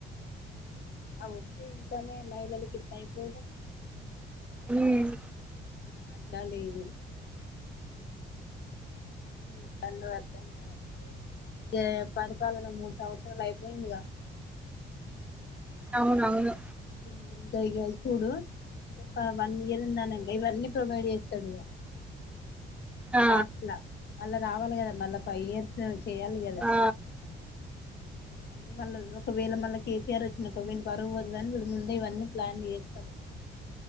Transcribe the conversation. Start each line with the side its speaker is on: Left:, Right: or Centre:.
Left: అ వచ్చే ఇన్ కమ్ మహిళలకి ఇత్తే ఐపోవుగా
Centre: ఉమ్,
Left: అట్లా లేదు ఉ <unintelligible> అడు ఇక పరిపాలన మూడు సంవత్సరాలు అయిపోయిందిగా
Centre: అవునవును
Left: <unintelligible> చుడు ఇంకొక వన్ ఇయర్ ఉందనంగా ఇవన్నీ ప్రొవైడ్ చేస్తాడు ఇగ
Centre: ఆ
Left: లాస్ట్ లా మళ్ళా రావాలి కదా మళ్ళా ఫైవ్ ఇయర్స్ చేయాలి కదా
Centre: ఆ
Left: ఆ మళ్ళ ఒకవేళ మళ్ళీ కేసీఆర్ వచ్చినడనుకో విని పరువు పోదు ఇవన్న చూడు ముందే ఇవన్నీ ప్లాన్ చేస్తాడు